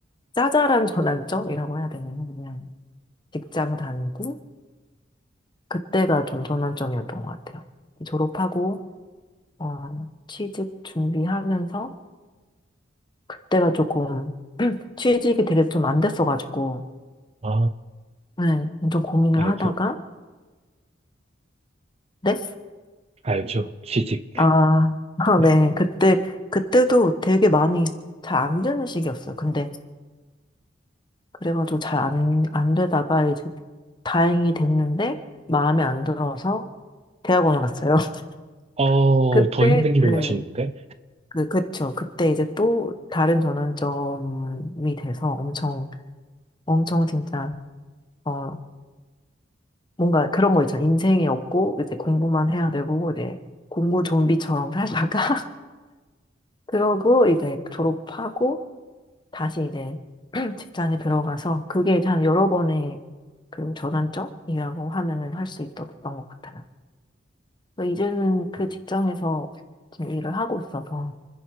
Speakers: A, on the left; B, on the right.
A: 짜잘한 전환점이라고 해야 되나요? 그냥 직장 다니고, 그때가 좀 전환점이었던 것 같아요. 졸업하고, 어, 취직 준비하면서 그때가 조금 <clears throat> 취직이 되게 좀 안 됐어가지고
B: 아,
A: 네, 엄청 고민을
B: 알죠.
A: 하다가 네?
B: 알죠. 취직.
A: 아, <laughs> 아,
B: 네.
A: 네. 그때 그때도 되게 많이 잘 안 되는 시기였어요. 근데 그래가지고 잘 안, 안 되다가 이제 다행히 됐는데 마음에 안 들어서 대학원을 갔어요.
B: 어,
A: <laughs> 그때
B: 더 힘든 길을
A: 네.
B: 가셨는데,
A: 그, 그쵸. 그때 이제 또 다른 전환점이 돼서 엄청, 엄청 진짜, 어, 뭔가 그런 거 있죠. 인생이 없고 이제 공부만 해야 되고 이제 공부 좀비처럼 살다가 <laughs> 그러고 이제 졸업하고 다시 이제 <clears throat> 직장에 들어가서 그게 이제 한 여러 번의 그 전환점이라고 하면은 할 수 있었던 것 같아요. 그래서 이제는 그
B: 음,
A: 직장에서 지금 일을 하고 있어서